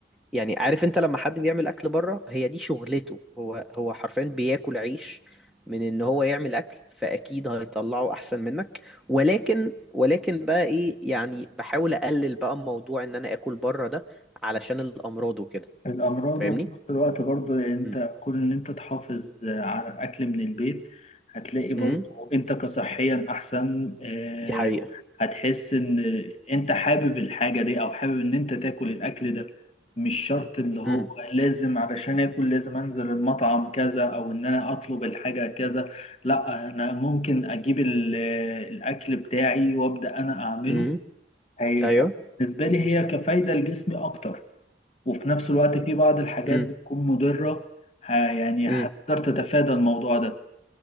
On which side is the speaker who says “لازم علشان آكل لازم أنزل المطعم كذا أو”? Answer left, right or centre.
Left